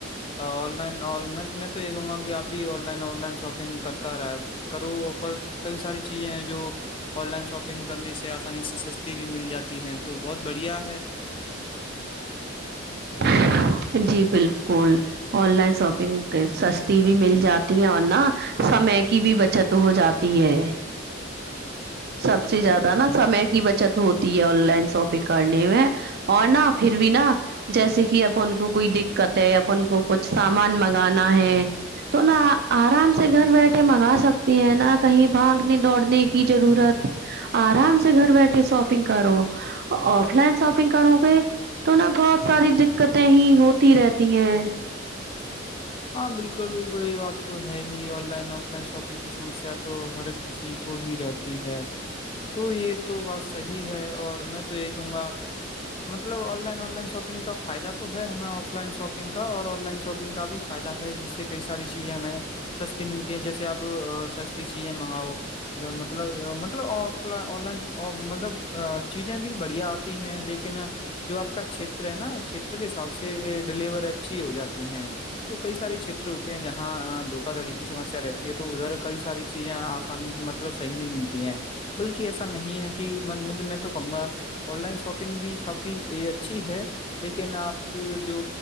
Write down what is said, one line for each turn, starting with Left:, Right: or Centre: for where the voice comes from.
Left: آن لائن میں تو یہ کہوں گا کہ آب بھی online online shopping کرتا رہے کرو آفر کئی ساری چیزیں ہیں جو آن لائن شاپنگ کرنے سے آسانی سے س بھی مل جاتی ہیں تو بہت بڑھیا ہے <unintelligible>
Right: <inaudible> جی بالکل آن لائن شاپنگ سستی بھی مل جاتی ہیں اور نہا سمے کی بھی بچت ہو جاتی ہے سب
Left: بالکل
Right: سے زیادہ
Left: بالکل
Right: نا سمے بچت ہوتی ہے آن لائن شاپنگ کرنے میں اور نہا پھر بھی نا جیسے کہ اب ان کو کوئی دقت ہے اپ کو کچھ سامان منگانا ہے تو نہ آرام سے سے گھر بیٹھے منگا سکتی ہیں نہ کہیں بھانگنے دوڑنے کی ضرورت آرام سے گھر بیٹھے شاپنگ کرو آف لائن شاپنگ کرو گے تو نا بہت ساری دقتیں ہی ہوتی رہتی ہیں
Left: ہاں بالکل بالکل یہ بات تو ہے ہی online offline shopping کی سمسیا تو ہر کسی کو ہی رہتی ہے تو یہ تو بات صحی ہے اور میں تو یہی کہوں گا مطلب online online shopping کا فائدہ تو ہے ہمیں آف لائن شاپنگ کا اور آن لائن شاپنگ کا بھی فائدہ ہے جس سے کئی ساری چیزیں ہمیں سستی ملتی ہیں جیسے آپ سستی چیزیں منگاؤ مطلب مطلب آف آن لائن مطلب ا چیزیں بھی بڑھیا ہیں لیکن جو آپ کا کھیتر ہے نا چھیتر کے حساب سے ڈیلیور اچھی ہو جاتی ہیں تو کئی سارے چھیتر ہوتے ہیں جہاں دھوکا دڑی کی سمسیا رہتی ہے تو ادھر کئی ساری چیز مطلب صحیح نہیں ملتی ہیں بلکہ ایسا نہیں ہے کہ میں تو کہوں گا آن لائن شاپنگ بھی کافی اچھی ہے لیکن آپ جو